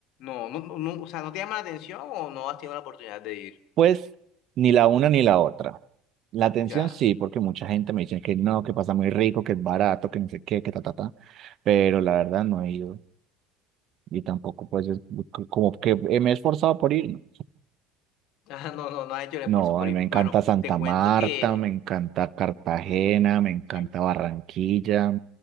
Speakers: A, on the left (about 65°); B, on the right (about 55°).
A: No, no, no, no, o sea, ¿no te llama la atención o no has tenido la oportunidad de ir?
B: Pues ni la una ni la otra. La atención
A: Ya.
B: sí,
A: <laughs>
B: porque mucha gente me dice que no, que pasa muy rico, que es barato, que no sé qué, que ta, ta, ta. Pero la verdad no he ido. Y tampoco, pues, es c- como que me he esforzado por ir, ¿no?
A: Ah, no, no, no ha hecho el esfuerzo
B: No,
A: por
B: a mí
A: ir.
B: me encanta
A: Bueno,
B: Santa
A: te cuento
B: Marta,
A: que.
B: me encanta Cartagena,
A: mm,
B: me encanta
A: sí,
B: Barranquilla,